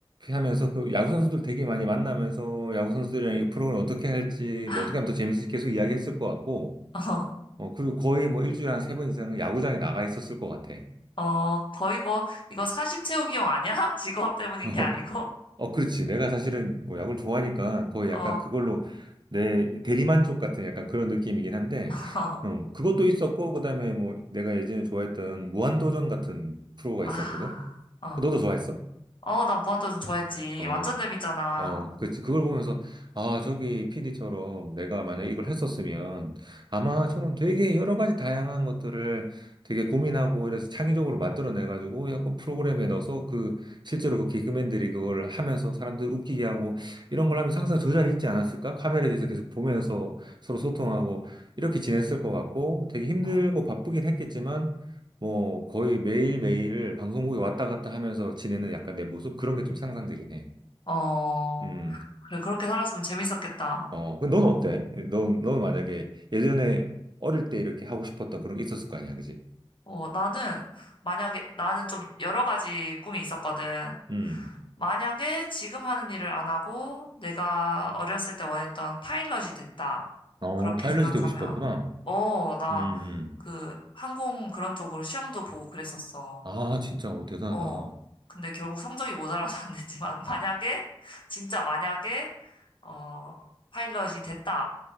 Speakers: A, on the right; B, on the left.
A: 하면서 그 야구 선수들 되게 많이 만나면서 야구 선수들이랑 이 프로그램 어떻게 할지
B: <laughs>
A: 뭐 어떻게 하면 더 재밌을지 계속 이야기했을 것 같고
B: 어.
A: 어 그리고 거의 뭐 일주일에 한 세 번 이상은 야구장에 나가 있었을 것 같아.
B: 어, 거의 뭐, 이거 사심 채우기용 아니야? <laughs> 직업 때문인
A: <laughs>
B: 게 아니고?
A: 어, 그렇지. 내가 사실은 뭐 야구를 좋아하니까 거의 약간
B: 어,
A: 그걸로 내 대리만족 같은 약간 그런 느낌이긴 한데,
B: <laughs>
A: 어, 그것도 있었고, 그 다음에 뭐 내가 예전에 좋아했던 무한도전 같은 프로가
B: 아,
A: 있었거든?
B: 어.
A: 너도 좋아했어?
B: 어, 나 무한도전 좋아했지.
A: 어,
B: 완전 재밌잖아.
A: 어, 그치. 그걸 보면서, 아, 저기 PD처럼 내가 만약에 이걸 했었으면 아마 저런 되게 여러 가지 다양한 것들을 되게 고민하고 이래서 창의적으로 만들어내가지고 약간 프로그램에 넣어서 그 실제로 그 개그맨들이 그걸 하면서 사람들 웃기게 하고 이런 걸 하면서 항상 저 자리에 있지 않았을까? 카메라에 대해서 계속 보면서 서로 소통하고 이렇게 지냈을 것 같고 되게 힘들고
B: 응.
A: 바쁘긴 했겠지만 뭐 거의 매일매일을 방송국에 왔다 갔다 하면서 지내는 약간 내 모습 그런 게 좀 상상되긴 해.
B: 어,
A: 음.
B: 그래, 그렇게 살았으면 재밌었겠다.
A: 어, 근데 넌 어때? 넌, 넌 만약에 예전에 어릴 때 이렇게 하고 싶었던 그런 게 있었을 거 아니야, 그지?
B: 어, 나는, 만약에, 나는 좀 여러 가지 꿈이 있었거든.
A: 음.
B: 만약에 지금 하는 일을 안 하고 내가 어렸을 때 원했던 파일럿이 됐다.
A: 어,
B: 그렇게
A: 파일럿이
B: 생각하면,
A: 되고 싶었구나.
B: 어, 나
A: 음, 음.
B: 그 항공 그런 쪽으로 시험도 보고 그랬었어.
A: 아, 진짜, 어, 대단하다.
B: 어, 근데 결국 성적이 모자라서 안 됐지만, <laughs> 만약에, 진짜 만약에, 어, 파일럿이 됐다.